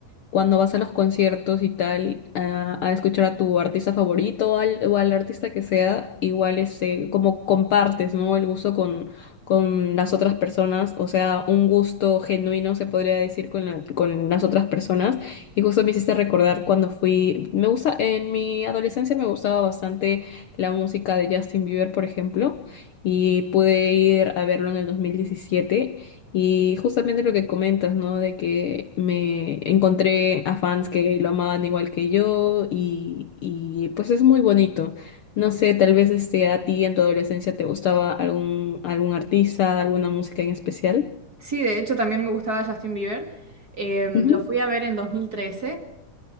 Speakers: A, on the left; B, on the right.
A: cuando vas a los conciertos y tal, a, a escuchar a tu artista favorito o al, o al artista que sea, igual este, como compartes, ¿no? El gusto con, con las otras personas, o sea, un gusto genuino se podría decir con la- con las otras personas. Y justo me hiciste recordar cuando fui, me gusta, en mi adolescencia me gustaba bastante la música de Justin Bieber, por ejemplo, y pude ir a verlo en el 2017. Y justamente lo que comentas, ¿no? De que me encontré a fans que lo amaban igual que yo y, y pues es muy bonito. No sé, tal vez este, a ti en tu adolescencia te gustaba algún, algún artista, alguna música en especial.
B: Sí, de hecho también me gustaba Justin Bieber. Eh, lo
A: Ujú.
B: fui a ver en dos mil trece